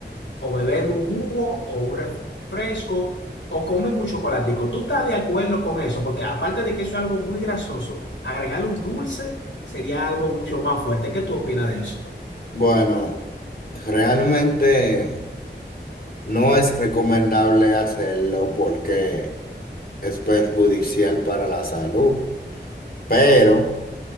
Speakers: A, on the left; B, on the left.
A: o beberme un jugo o un refresco o comerme un chocolatico. ¿Tú estás de acuerdo con eso? Porque aparte de que eso es algo muy grasoso, agregarle un dulce sería algo mucho más fuerte. ¿Qué tú opinas de eso?
B: Bueno, realmente no es recomendable hacerlo porque es perjudicial para la salud, pero...